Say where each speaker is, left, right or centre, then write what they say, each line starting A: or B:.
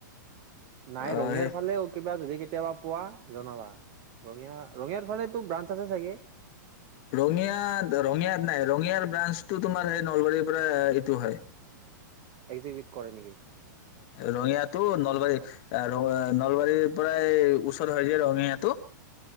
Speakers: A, on the right; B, on the left.
A: নাই
B: অ
A: ৰঙিয়াৰ
B: সেই
A: ফালেও কিন্তু যদি কেতিয়াবা পোৱা জনাবা ৰঙিযা ৰঙিয়াৰ ফালেতো ব্ৰাঞ্চ আছে চাগে
B: ৰঙিয়াত ৰঙিয়াত নাই ৰঙিয়াৰ ব্ৰাঞ্চটো তোমাৰ সেই নলবাৰীৰ পৰা এইটো হয়
A: এই যি কৰে নেকি
B: ৰঙিয়া টো নলবাৰী
A: অ
B: এ ৰ নলবাৰীৰ পৰাই ওচৰ হৈ যে ৰঙিয়াটো